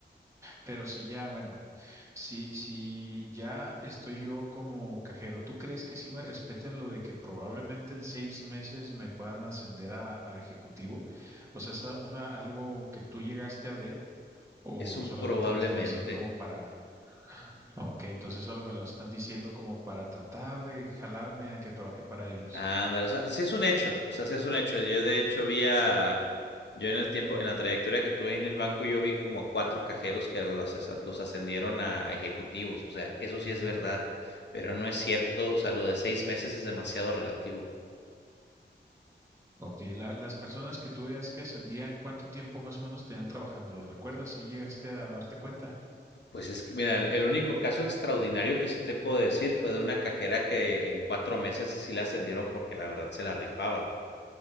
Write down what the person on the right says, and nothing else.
pero si ya, bueno. Si, si ya estoy yo como cajero, ¿tú crees que sí me respeten lo de que probablemente en seis meses me puedan ascender a, a ejecutivo? O sea, ¿es a- una, algo que tú llegaste a ver o
solamente
me lo están diciendo como para... ah, Ok, entonces solo me lo están diciendo como para tratar de jalarme a que trabaje para ellos.
Ok, la- las personas que tú veas que ascendían, ¿cuánto tiempo más o menos tenían trabajando? ¿Lo recuerdas? Si llegaste a darte cuenta.